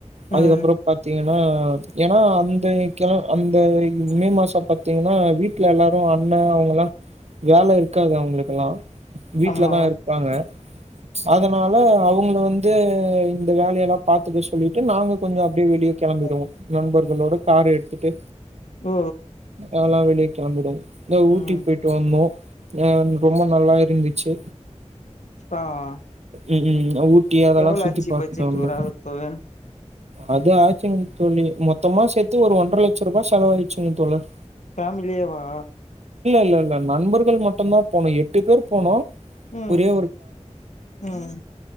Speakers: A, on the left (about 75°); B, on the right (about 65°).
A: ம்
B: அதுக்கப்பறம் பாத்தீங்கன்னா ஆஹ் ஏன்னா அந்த மே மாசம் பாத்தீங்கன்னா வீட்ல எல்லாரும் அண்ணன் அவுங்க எல்லாம் வேலை இருக்காத அவுங்களுக்கெல்லாம் வீட்லதான்
A: ஆமா
B: இருப்பாங்க அதனால அவுங்க வந்து இந்த வேலையெல்லாம் பாத்து விஷ் சொல்லிட்டு நாங்க கொஞ்சம் அப்டியே வெளியே கெளம்பிடுவோம்
A: ம்
B: நண்பர்கள் களோட காரு எடுத்திட்டு
A: ஓ
B: அதல்லாம் வெளி கெளம்பிடுவோம்
A: ம்
B: ஊட்டி போய்டு வந்தோம் ஆஹ் ரொம்ப நல்லா இருந்து ச்சு
A: ஆஹ்
B: ம் ம் ஊட்டி அதெல்லா
A: எவ்ளோ
B: சுத்தி
A: ஆச்சு
B: பாத்துட்டு
A: பட்ஜெட்டு
B: வந்தோ
A: ஓரு ஆளுக் போக
B: அது ஆச்சுங்க தோழி மொத்தமா சேத் ஒரு ஒன்றரை லட்சம் ரூபாய செலவகிச்சுங்க தோழர்
A: ஃபேமிலியேவா
B: இல்ல, இல்ல நண்பர்கள் மட்டும்தான் போனும் எட்டு பேர் போனோம்
A: உம்
B: ஒரே
A: உம்